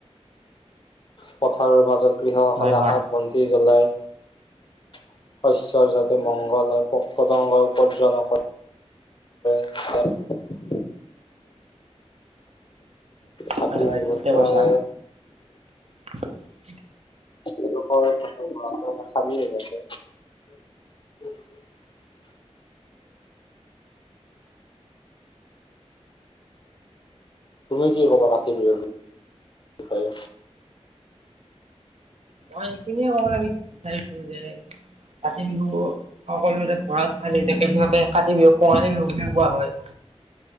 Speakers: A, on the left (about 45°); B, on the right (about 70°).
A: পথাৰৰ মাজত কৃষকসকলে
B: হয়
A: আকাশ
B: হয়
A: বন্তি জ্বলাই। শস্য যাতে মংগল হক পোক পতংগই উপজই নক ক। কাতি
B: হয় হয়
A: বিহু
B: ঠিকে
A: তোমাৰ
B: কৈছা <unintelligible>
A: ন <unintelligible> তুমি কি কবা কাতিৰ বিহুৰ বিষয়ে?
B: মই এইখিনিয়ে কবলৈ বিচাৰিছো যে কাতি বিহু সকলোতে ভঁৰাল খালী থাকে বাবে কাতি বিহুক কঙালী বিহু বুলিও কোৱা হয়।